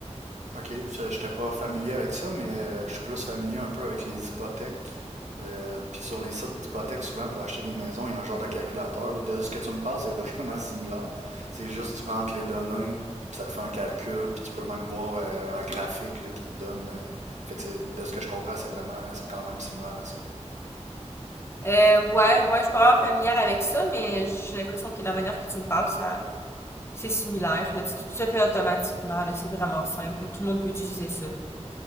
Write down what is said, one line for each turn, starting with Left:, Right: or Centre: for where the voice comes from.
Right: OK, je n'étais pas familier avec ça, mais euh, je suis plus familier un peu avec les hypothèques. Euh, puis sur les sites d'hypothèques, souvent pour acheter des maisons, il y a un genre de calculateur. là. De ce que tu me parles, c'est <laughs> vraiment similaire. C'est juste tu rentres les données, puis ça te fait un calcul, puis tu peux même voir euh, un graphique là, qui te donne. euh, Fait que c'est- de ce que je comprends, c'est vraiment c'est quand même similaire à ça.
Left: Euh, ouais, ouais, je suis pas vraiment familière avec ça, mais j'ai l'impression que la manière que tu me parles, ça, c'est similaire, là. Tu sais, tout se fait automatiquement, là. C'est vraiment simple, là. Tout le monde peut utiliser ça.